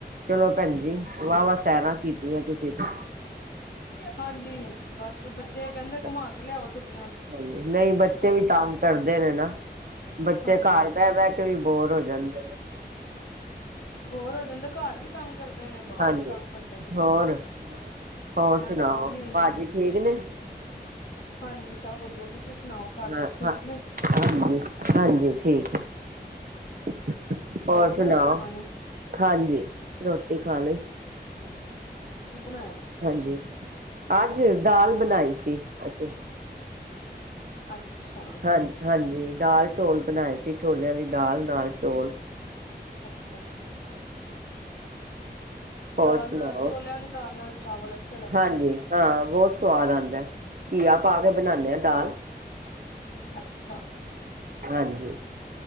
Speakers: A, on the right; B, on the left.
A: ਚਲੋ ਭੈਣਜੀ
B: ਹਾਂਜੀ,
A: ਵਾਹਵਾ ਸੈਰਾਂ ਕੀਤੀਆਂ ਤੁਸੀਂ ਤੇ
B: ਹਾਂਜੀ ਬਸ ਬੱਚੇ ਕਹਿੰਦੇ
A: ਹਾਂਜੀ
B: ਘੁਮਾ ਕੇ ਲਿਆਓ ਛੁੱਟੀਆਂ ਚ
A: ਨਹੀਂ ਬੱਚੇ
B: ਫੇਰ
A: ਵੀ ਤੰਗ ਕਰਦੇ ਨੇ ਨਾ ਬੱਚੇ
B: ਹਾਂਜੀ
A: ਘਰ ਬਹਿ -ਬਹਿ ਕੇ ਵੀ ਬੋਰ ਹੋ ਜਾਂਦੇ ਨੇ।
B: ਬੌਰ ਹੋ ਜਾਂਦੇ ਘਰ ਵੀ ਤੰਗ ਕਰਦੇ ਨੇ ਬਾਹਰ
A: ਹਾਂਜੀ
B: ਵੀ ਤੰਗ ਕਰਦੇ ਨੇ।
A: ਹੋਰ ਹੋਰ
B: ਬੱਚਿਆਂ
A: ਸੁਣਾਓ
B: ਦਾ ਕੰਮ ਹੀ ਇਹੀ
A: ਭਾਜੀ
B: ਹੈ
A: ਠੀਕ ਨੇ
B: ਹਾਂਜੀ ਸਭ ਵਧੀਆ ਤੁਸੀਂ ਸੁਣਾਓ। ਘਰ
A: ਹ
B: ਸਭ ਠੀਕ
A: ਹਾਂ
B: ਨੇ
A: ਹਾਂਜੀ- ਹਾਂਜੀ ਠੀਕ ਹੈ। ਹੋਰ
B: ਖਾਲੀ
A: ਸੁਣਾਓ
B: ਰੋਟੀ ਪਾਣੀ
A: ਹਾਂਜੀ ਰੋਟੀ ਖਾ ਲਈ
B: ਕੀ ਬਣਾਇਆ। ਤੁਸੀਂ
A: ਹਾਂਜੀ
B: ਅੱਜ
A: ਅੱਜ ਦਾਲ ਬਨਾਈ ਸੀ ਅਸੀਂ
B: ਅੱਛਾ
A: ਹਾਂ, ਹਾਂਜੀ, ਦਾਲ ਚੋਲ ਬਣਾਏ ਸੀ, ਛੋਲਿਆਂ ਦੀ ਦਾਲ ਨਾਲ ਚੋਲ
B: ਅੱਛਾ -ਅੱਛਾ
A: ਹੋਰ
B: ਦਾਲ
A: ਸੁਣਾਓ
B: ਨਾਲ ਛੋਲਿਆਂ ਦੀ ਦਾਲ ਨਾਲ ਚਾਵਲ ਅੱਛੇ ਲੱਗਦੇ
A: ਹਾਂਜੀ
B: ਨੇ
A: ਹਾਂ ਬਹੁਤ ਸਵਾਦ ਆਉਂਦਾ ਘੀਆ ਪਾ ਕੇ ਬਣਾਣੇ ਆ ਦਾਲ
B: ਅੱਛਾ
A: ਹਾਂਜੀ